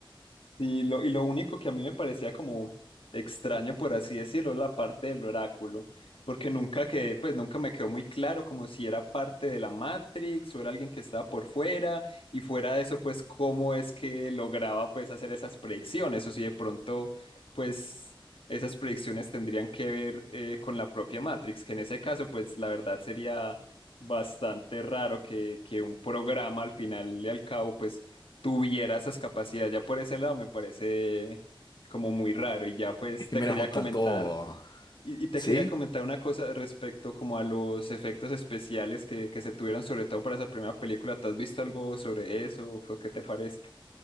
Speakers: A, on the left; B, on the left.
A: Y lo, y lo único que a mí me parecía como extraño, por así decirlo, es la parte del oráculo, porque nunca que, pues nunca me quedó muy claro como si era parte de la Matrix o era alguien que estaba por fuera, y fuera de eso, pues cómo es que lograba pues hacer esas predicciones, o si de pronto, pues esas predicciones tendrían que ver eh, con la propia Matrix, que en ese caso, pues la verdad sería bastante raro que, que un programa al final y al cabo, pues tuviera esas capacidades. Ya por ese lado me parece como muy raro. Y ya pues
B: Es que
A: te
B: miras
A: quería
B: un
A: comentar,
B: tanto,
A: y, y te
B: ¿sí?
A: quería comentar una cosa respecto como a los efectos especiales que, que se tuvieron, sobre todo para esa primera película. ¿Tú has visto algo sobre eso? ¿Qué qué te parece?